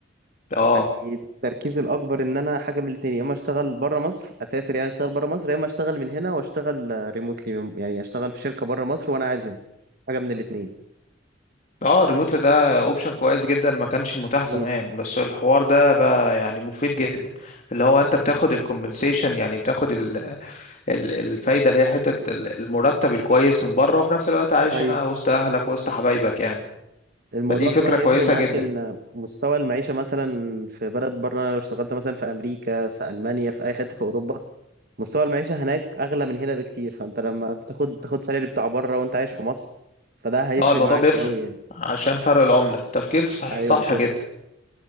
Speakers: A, on the left; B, on the right.
A: اه
B: يعني التركيز الاكبر ان انا حاجه من الاتنين يا اما اشتغل بره مصر اسافر يعني اشتغل بره مصر يا اما اشتغل من هنا واشتغل ريموتلي يعني اشتغل في شركه بره مصر وانا قاعد هنا حاجه من الاتنين
A: اه ريموتلي ده اوبشن كويس جدا ما كانش متاح
B: مم.
A: زمان بس الحوار ده بقى يعني مفيد جدا اللي هو انت بتاخد الكومبنسيشن يعني بتاخد ال ال الفايدة اللي هي حتة ال- المرتب الكويس من بره وفي نفس الوقت عايش
B: ايوه
A: هنا وسط اهلك وسط حبايبك يعني
B: الموضوع
A: فدي فكرة
B: كمان هيفرق
A: كويسة
B: معاك
A: جدا
B: ان مستوى المعيشه مثلا في بلد بره لو اشتغلت مثلا في امريكا في المانيا في اي حته في اوروبا مستوى المعيشه هناك اغلى من هنا بكتير فانت لما بتاخد تاخد سالري بتاع بره وانت عايش في مصر فده هيفرق
A: اه الموضوع
B: معاك
A: بيفرق
B: قوي يعني
A: عشان فرق العملة تفكير صح
B: ايوه
A: صح
B: بالظبط
A: جدا